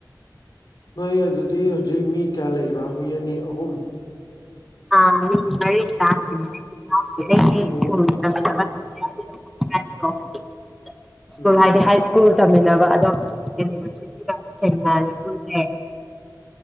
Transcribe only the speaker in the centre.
ꯑꯥ ꯃꯤ ꯃꯔꯤ ꯆꯥꯗꯣꯏꯅꯦ <unintelligible>
<unintelligible> ꯁ꯭ꯀꯨꯜ ꯇꯝꯃꯤꯟꯅꯕ ꯑꯗꯣ ꯌꯨꯅꯤꯚꯔꯁꯤꯇꯤꯒ ꯊꯦꯡꯅꯔꯦ ꯄꯨꯜꯂꯦ <unintelligible>